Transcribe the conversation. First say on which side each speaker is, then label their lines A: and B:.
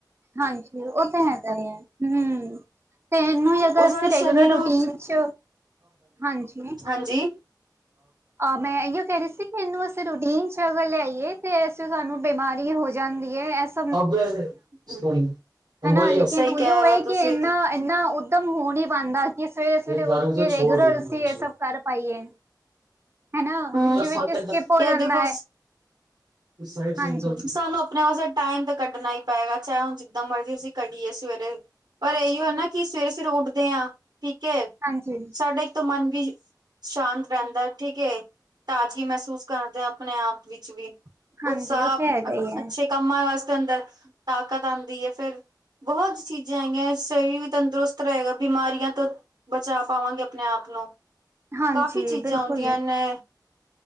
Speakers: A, on the right (about 35°); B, on the right (about 65°).
A: ਹਾਂਜੀ, ਓ ਤਾਂ ਹੈਗਾ ਈ ਐ, ਹੂੰ। ਤੇ ਏਨੂੰ ਈ ਅਗਰ
B: ਉਹ ਸਾਡੇ
A: ਅਸੀਂ ਰੈਗੂਲਰ
B: ਸ਼ਨੀ ਨੂੰ
A: ਰੂਟੀਨ ਚ, ਹਾਂਜੀ।
B: ਹਾਂਜੀ
A: ਆ ਮੈਂ ਏਈਓ ਕੈ ਰਈ ਸੀ ਕਿ ਏਨੂੰ ਅਸੀਂ ਰੂਟੀਨ ਚ ਲੇ ਆਈਏ ਤੇ ਏਸ ਚ ਸਾਨੂੰ ਬੇਮਾਰੀ ਹੋ ਜਾਂਦੀ ਐ, ਐਸ
B: ਔਬੀਅਸ ਐ, ਸੁ
A: ਹਨਾ ਲੇਕਿਨ
B: ਸਈ
A: ਉਹੀਓ
B: ਕੈ ਰਏ
A: ਹੈ
B: ਓ ਤੁਸੀਂ।
A: ਕਿ ਇੰਨਾ ਇੰਨਾ ਉੱਦਮ ਹੋ ਨੀ ਪਾਉਂਦਾ ਕਿ ਸਵੇਰੇ ਸਵੇਰੇ
B: ਏ ਗਰ
A: ਉੱਠ ਕੇ
B: ਉਸੇ ਛੋਡ
A: ਰੈਗੂਲਰ
B: ਦੇਗੇ
A: ਅਸੀਂ
B: ਬੀਚ
A: ਇਹ
B: ਮੇਂ
A: ਸਭ ਕਰ ਪਾਈਏ ਹਨਾ
B: ਹਾਂ
A: ਵਿੱਚ ਵਿੱਚ
B: ਓ
A: ਸਕਿਪ ਹੋ
B: ਕੀ ਆ
A: ਜਾਂਦਾ
B: ਦੇਖੋ
A: ਹੈ
B: ਸਾਨੂੰ
A: ਹਾਂਜੀ
B: ਆਪਨੇ ਵਾਸੇ ਟਾਈਮ ਤਾਂ ਕੱਢਣਾ ਈ ਪਏਗਾ ਚਾਹੇ ਹੁਨ ਜਿੱਦਾਂ ਮਰਜ਼ੀ ਅਸੀਂ ਕੱਢੀਏ ਸਵੇਰੇ। ਪਰ ਏਈਓ ਨਾ ਕਿ ਸਵੇਰੇ-ਸਵੇਰੇ ਉੱਠਦੇ ਆ ਠੀਕ ਐ।
A: ਹਾਂਜੀ।
B: ਸਾਡਾ ਇੱਕ ਤਾ ਮਨ ਵੀ ਸ਼ਾਂਤ ਰਹਿੰਦਾ ਠੀਕ ਏ, ਤਾਜ਼ਗੀ ਮਹਿਸੂਸ ਕਰਦੇ ਆਪਣੇ ਆਪ ਵਿੱਚ ਵੀ
A: ਹਾਂਜੀ
B: ਉਤਸ਼ਾਹ
A: ਉਹ ਤੇ ਹੈਗਾ ਹੀ ਹੈ
B: ਅੱਛੇ ਕੰਮਾਂ ਵਾਸਤੇ ਅੰਦਰ ਤਾਕਤ ਆਉਂਦੀ ਏ ਫਿਰ ਬਹੁਤ ਚੀਜ਼ਾਂ ਆਈਆ ਸਰੀਰ ਵੀ ਤੰਦਰੁਸਤ ਰਹੇਗਾ ਬਿਮਾਰੀਆਂ ਤੋਂ ਬਚਾ ਪਾਵਾਂਗੇ ਆਪਣੇ ਆਪ ਨੂੰ
A: ਹਾਂਜੀ
B: ਕਾਫ਼ੀ ਚੀਜ਼ਾਂ
A: ਬਿਲਕੁਲ
B: ਆਉਂਦੀਆਂ ਨੇ